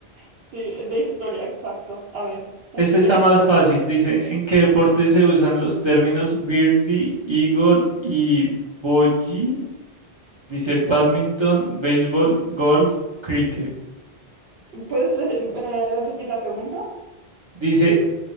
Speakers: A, on the right; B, on the right.
A: Sí, de historia, exacto. A ver, la
B: Este
A: siguiente.
B: está más fácil. Dice, ¿en qué deporte se usan los términos birdie, eagle y bogey? Dice, badminton, béisbol, golf, cricket.
A: ¿Puedes re- eh, repetir la pregunta?
B: Dice,